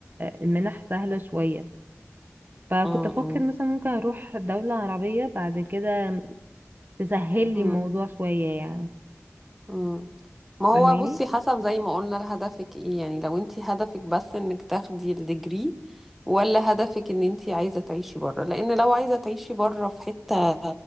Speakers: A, on the right; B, in the centre.
A: المنح سهلة شوية فكنت
B: مم.
A: أفكر مثلا ممكن أروح دولة عربية بعد كده تسهل
B: مم.
A: لي الموضوع شوية يعني
B: مم. ما
A: فاهماني؟
B: هو بصي حسب زي ما قلنا لهدفك ايه يعني لو انت هدفك بس انك تاخدي الديجري ولا هدفك ان انت عايزة تعيشي بره لان لو عايزة تعيشي بره في حتة